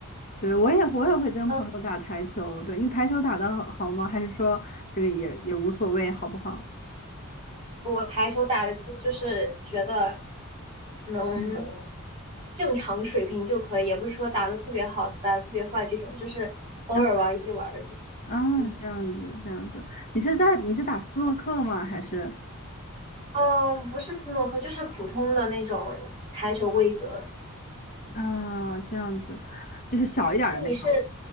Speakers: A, on the left (about 35°); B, on the right (about 25°).
A: 对，我也我也会跟朋友打台球。
B: 嗯。
A: 对，你台球打得好好吗？还是说这个也也无所谓，好不好？
B: 我台球打的，就是觉得能
A: 嗯，
B: 正常水平就可以，也不是说打的特别好，打的特别坏这种，就是偶尔玩一玩的这种。
A: 啊啊，
B: 嗯，
A: 这样子，这样子，你是在你是打斯诺克吗？还是
B: 呃，不是斯诺克，就是普通的那种台球规则。
A: 啊这样子，就是小一点儿的那种。
B: 那你是，